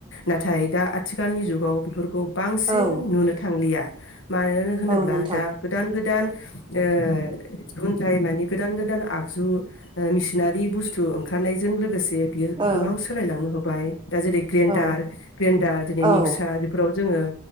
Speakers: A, on the left (about 65°); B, on the right (about 20°).
A: नाथाय दा आ आथिखालनि जुगाव बेफोरखौ बांसिन
B: औ
A: नुनो थांलिया मानो होनोब्ला
B: औ नोंथां
A: दा गोदान गोदान ए खुन्थाइ माने गोदान गोदान आगजु मिसिनारि बुस्थु ओंखारनायजों लोगोसे जे बियो
B: ओ
A: गोबां सोलायलांनो हग बाय दा जेरै ग्रेन्डार
B: औ
A: ग्रेन्डार
B: औ
A: मिकसार बेफोराव जोङो